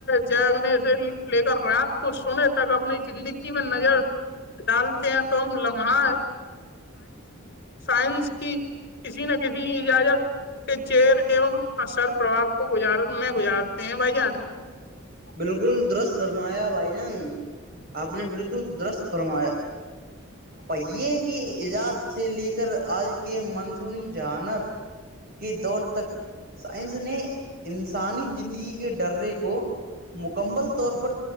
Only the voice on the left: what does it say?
جگنے سے لے کر رات کو سونے تک اپنی زندگی میں نظر ڈالتے ہیں تو ہم لمحہ سائنس کی کسی نہ کسی اجازت کے چر اثر پرواب کو گزار میں گزارتے ہیں بھائی جان